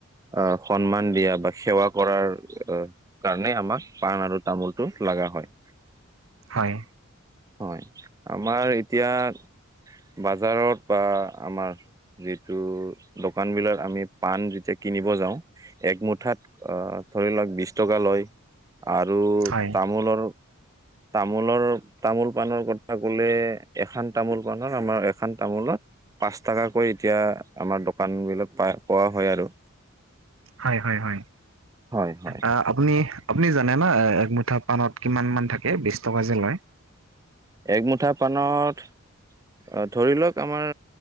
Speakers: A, on the right (about 15°); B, on the right (about 65°).
A: আহ সন্মান দিয়া বা সেৱা কৰাৰ অ কাৰণে আমাক পাণ আৰু তামোলটো লাগা হয়।
B: হয়।
A: হয়, আমাৰ এতিয়া বজাৰত বা আমাৰ যিটো দোকান বিলত আমি পাণ যেতিয়া কিনিব যাওঁ। এক মুঠাত অ', ধৰি লওক বিশ টকা লয়। আৰু
B: হয়
A: তামোলৰ তামোলৰ তামোল পাণৰ কথা ক'লে এখন তামোল পাণত এখন তামোলত পাঁচ টকাকৈ এতিয়া আমাৰ দোকানবিলাক পা-পোৱা হয় আৰু।
B: হয়, হয়, হয়,
A: হয় হয়
B: আ আপুনি আপুনি জানে না এক মুঠা পাণত কিমান মান থাকে বিশ টকা যে লয়?
A: একমুঠা পানত অ', ধৰি লওক আমাৰ